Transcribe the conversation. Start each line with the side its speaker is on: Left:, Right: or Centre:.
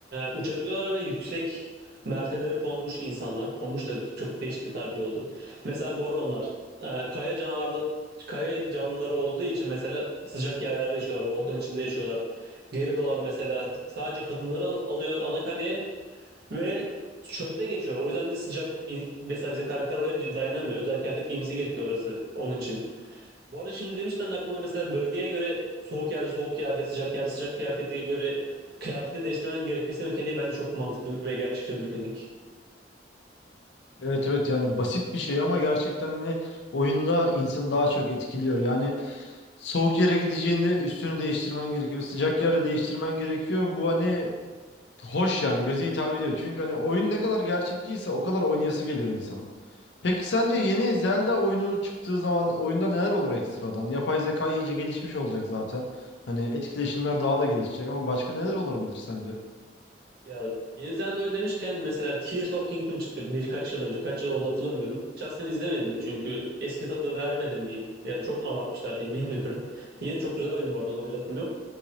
Right: uçabiliyorlar ve yüksek mertebeleri konmuş insanlar. Konmuş da çok değişik bir tabir oldu. Mesela Goronlar. e, kaya canavarlı kaya canlıları olduğu için mesela sıcak yerlerde yaşıyorlar. Volkan içinde yaşıyorlar. Geridolar mesela. Sadece kadınları al- alıyor ana kaleye ve çölde geçiyor. O yüzden de sıcak. İn- Mesela bizim karakter oraya dayanamıyor. Özel kıyafet giymesi gerekiyor orası onun için. Bu arada şimdi demişten de aklıma mesela bölgeye göre soğuk yerde soğuk kıyafet, sıcak yerde sıcak kıyafete göre kıyafetini değiştirmen gerekmesi mekaniği bence çok mantıklı ve gerçekçi bir mekanik.
Left: Evet evet yani basit bir şey ama gerçekten hani oyunda insanı daha çok etkiliyor. Yani soğuk yere gideceğinde üstünü değiştirmen gerekiyor. Sıcak yere değiştirmen gerekiyor. Bu hani Hoş yani göze hitap ediyor. Çünkü hani oyun ne kadar gerçekçiyse o kadar oynayası geliyor insanın. Peki sence yeni Zelda oyunu çıktığı zaman oyunda neler olur ekstradan? Yapay zeka iyice gelişmiş olacak zaten. Hani etkileşimler daha da gelişecek ama başka neler olabilir sence?
Right: Ya Yeni Zelda oyun demişken mesela Tears of Kingdom çıktı birkaç yıl önce. Kaç yıl oldu hatırlamıyorum. Şahsen izlemedim de çünkü eski tadı vermedim diyeyim. Ya da çok mu abartmışlar diyeyim bilmiyorum. Yeni çok güzel oyun bu arada ona bir lafım yok.